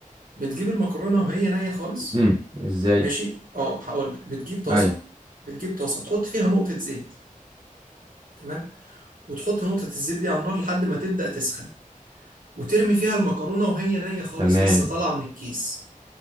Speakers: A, on the right; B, on the right.
A: بتجيب المكرونه وهي نيه خالص
B: امم ازاي
A: ماشي اه هقول لك بتجيب طاسه
B: ايوه
A: بتجيب طاسه تحط فيها نقطه زيت تمام وتحط نقطه الزيت دي على النار لحد ما تبدا تسخن وترمي فيها المكرونه وهي نيه خالص
B: تمام
A: لسه طالعه من الكيس